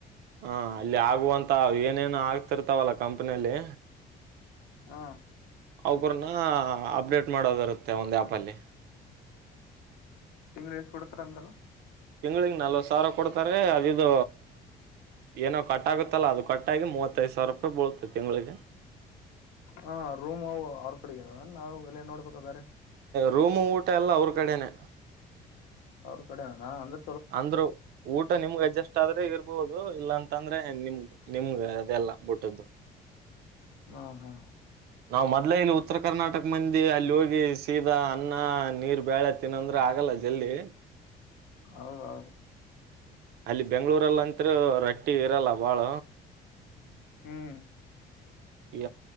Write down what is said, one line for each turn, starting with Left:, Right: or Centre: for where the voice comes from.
Right: ಹಾ ಅಲ್ಲಿ ಆಗುವಂತ ಏನೇನು ಆಗ್ತಿರ್ತಾವಲ್ಲ ಕಂಪನಿಯಲ್ಲಿ
Left: ಹಾ
Right: ಅವೌ <unintelligible> ಅಪ್ಡೇಟ್ ಮಾಡೋದ ಇರುತ್ತೆ ಒಂದು ಆ್ಯಪ ಅಲ್ಲಿ
Left: ತಿಂಗಳಿಗೆ ಎಷ್ಟ ಕೊಡ್ತಾರ ಅಂದಲ್ಲ
Right: ತಿಂಗಳಿಗೆ ನಲ್ವತ್ ಸಾವಿರ ಕೊಡ್ತಾರೆ ಅದುದ ಏನೋ ಕಟ್ ಆಗುತ್ತಲ್ಲ ಅದು ಕಟ್ಟಾಗಿ ಮೂವತ್ತೈದು ಸಾವಿರ ರೂಪಾಯಿ ಬೀಳತೆ ತಿಂಗಳಿಗೆ
Left: ಹಾ ರೂಮ್ವು ಅವ್ರ ಕಡೆಗೆವ ನಾವು ಎಲ್ಲನ್ ನೋಡ್ಬೇಕ ಬೇರೆ
Right: ರೂಮ್ ಊಟ ಎಲ್ಲ ಅವ್ರ ಕಡೆನೆ
Left: ಅವ್ರ ಕಡೆಣ ಅಂದ್ರ
Right: ಅಂದ್ರು ಊಟ ನಿಮ್ಗ ಅಜ್ಜಸ್ ಆದ್ರೆ ಇರ್ಬೋದು ಇಲ್ಲಾಂತಂದ್ರೆ ನಿಮ ನಿಮಗೆ ಅದೆಲ್ಲ ಬಿುಟ್ಟದ್ದು
Left: ಹಾ ಹಾ
Right: ನಾವ್ ಮೊದ್ಲ ಇಲ್ಲಿ ಉತ್ತರ ಕರ್ನಾಟಕ ಮಂದಿ ಅಲ್ಲಿ ಹೋಗಿ ಸೀದಾ ಅನ್ನ ನೀರ್ ಬಳೆ ತಿನ್ನಂದ್ರೆ ಆಗಲ್ಲ ಜಲ್ದಿ
Left: ಹೌದೌದು
Right: ಅಲ್ಲಿ ಬೆಂಗಳೂರಲ್ಲಿ ಅಂತರು ರಟ್ಟಿ ಇರಲ್ಲ ಬಾಳ
Left: ಹ್ಮ್
Right: ಈ